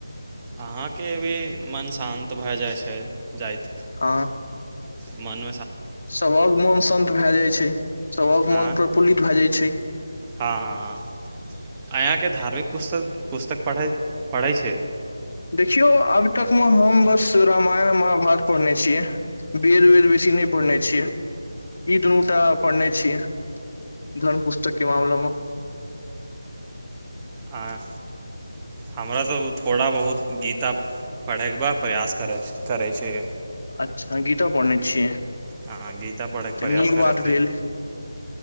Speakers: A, on the right; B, on the left.
A: अहाँके भी मन शान्त भए जाइत छै जाइत
B: हँ
A: मन
B: सभक मन शान्त भए जाइ छै सभक
A: हँ
B: मोन प्रफुल्लित भए जाइत छै
A: हँ हँ हँ अयाँके धार्मिक पुस्तक पुस्तक पढ़ै पढ़ै छै
B: देखियौ आब तकमे हम बस रामायण महाभारत पढ़ने छियै वेद वेद बेसी नहि पढ़ने छियै ई दुनू टा पढ़ने छियै धर्म पुस्तकके मामलेमे
A: आँ हमरा तऽ थोड़ा बहुत गीता पढ़ैक बा प्रयास करैत करै छी
B: अच्छा गीता पढ़ने छियै
A: हँ
B: तऽ
A: गीता पढ़ैके प्रयास
B: नीक
A: करै
B: बात
A: छै
B: भेल